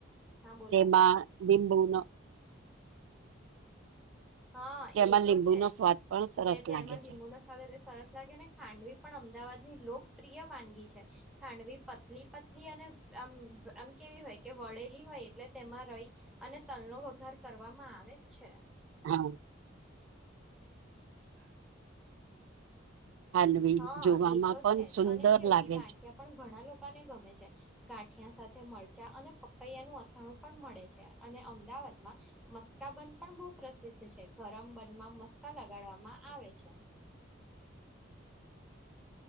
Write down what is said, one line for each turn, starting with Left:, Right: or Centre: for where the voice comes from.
Centre: હા બોલો
Right: તેમાં લિંબુ નો
Centre: હા
Right: તેમાં
Centre: એ તો
Right: લીંબુનો
Centre: છે જ
Right: સ્વાદ પણ સરસ
Centre: કે તેમાં
Right: લાગે
Centre: લીંબુનો
Right: છે
Centre: સ્વાદ એટલે સરસ લાગે ને ખાંડવી પણ અમદાવાદની લોક પ્રિય વાનગી છે ખાંડવી પતલી પતલી અને આમ આમ કેવી હોય કે વળેલી હોય હોય એટલે તેમાં રઈ અને તલનો વઘાર કરવામાં આવે જ છે
Right: હા ખાનવી
Centre: હા
Right: જોવામાં
Centre: એ તો
Right: પણ
Centre: છે
Right: સુંદર
Centre: જ અને કેવું
Right: લાગે
Centre: કે ગાંઠિયા
Right: છે
Centre: પણ ઘણા લો કા ને ગમે છે ગાંઠિયા સાથે મરચા અને પપૈયા નું અથાણું પણ મળે છે અને અમદા વાદમાં મસ્કા બંન પણ બો પ્રસિદ્ધ છે ગરમ બંન માં મસ્કા લગાડવામાં આવે છે <inaudible>